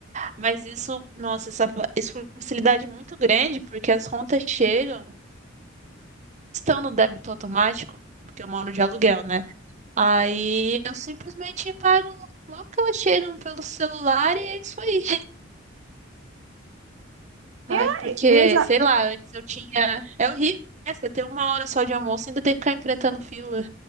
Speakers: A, on the right; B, on the right.
A: Mas isso, nossa, essa, fa- isso foi uma facilidade muito grande, porque as contas chegam, estão no débito automático, porque eu moro de aluguel, né? Aí eu simplesmente pago logo que elas chegam pelo celular e é isso aí. Ai,
B: E, aí,
A: porque,
B: e os, a-
A: sei lá, antes eu tinha. É horrível, né? Você ter uma hora só de almoço e ainda ter que ficar enfrentando fila.